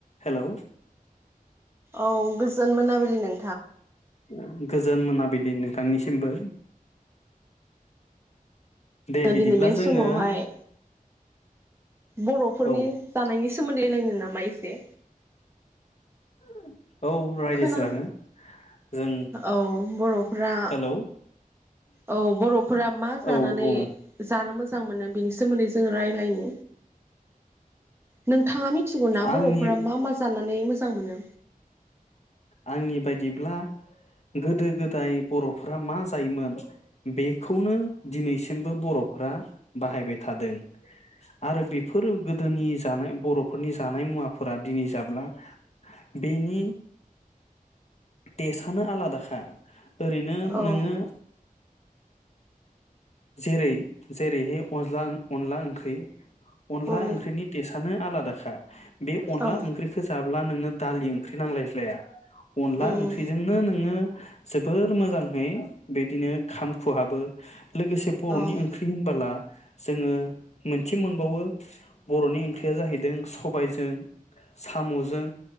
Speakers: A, on the left (about 50°); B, on the right (about 15°).
A: हेलौ
B: औ गोजोन मोनाबिलि नों
A: उम गोज जोन मोनाबिलि नोंथांनिसिमबो दे बिदिब्ला
B: दिनै बे
A: जोङो
B: समावहाय बर'फोरनि
A: औ
B: जानायनि सोमोन्दै लोंनो नामा इसे
A: <inaudible> रायज्लायजागोन
B: खोना
A: जों
B: औ बर'फोरा
A: हेलौ
B: औ बर'फोरा मा जानानै
A: औ औ
B: जानो मोजां जां मोनो बिनि सोमोन्दै जोंङो रायलायनि नोंथाङा मिथिगौना बर'फोरा
A: आंनि
B: मा मा जानानै मोजां मोनो
A: आंनि बायदिब्ला गोदो गोदाय बर'फोरा मा जायोमोन बेखौनो दिनैसिमबो बर'फोरा बाहायबाय थादों आरो बेफोर गोदोनि जानाय बर'फोरनि जानाय मुवाफोरा दिनै जाब्ला बेनि टेसआनो आलादाखा ओरैनो
B: औ
A: नोङो <inaudible> जेरै जेरैहाय अनला अनला ओंख्रि अनला
B: उम
A: ओंख्रिनि टेसआनो आलादा खा बे अनला
B: औ
A: ओंख्रिखौ जाब्ला नोंनो दालि ओंख्रि नांलायज्लाया अनला
B: उम
A: ओंख्रिजोंनो नोङो जोबोर मोजांहै बिदिनो खामखुहाबो लोगोसे बर'नि
B: औ उम
A: ओंख्रि होनबोला जोङो मोनसे मोनबावो बर'नि ओंख्रिया जाहैदों सबायजों साम'जों